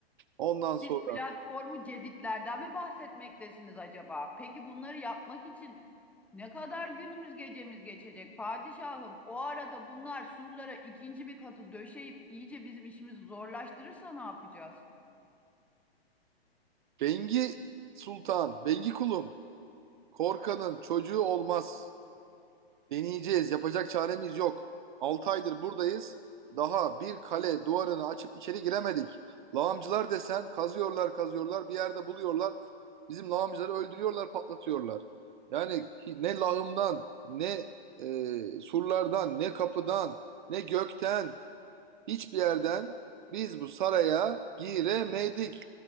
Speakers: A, on the right; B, in the centre.
A: Ondan
B: Siz
A: sonra
B: platformu ceditlerden mi bahsetmektesiniz acaba? Peki bunları yapmak için ne kadar günümüz gecemiz geçecek padişahım? O arada bunlar surlara ikinci bir katı döşeyip iyice bizim işimizi zorlaştırırsa ne yapacağız?
A: Bengi Sultan, Bengi kulum, korkanın çocuğu olmaz. Deneyeceğiz. Yapacak çaremiz yok. 6 aydır buradayız. Daha bir kale duvarını açıp içeri giremedik. Lağımcılar desen kazıyorlar kazıyorlar bir yerde buluyorlar. Bizim lağımcıları öldürüyorlar patlatıyorlar. Yani ne lağımdan ne e, surlardan ne kapıdan ne gökten hiçbir yerden biz bu saraya giremedik.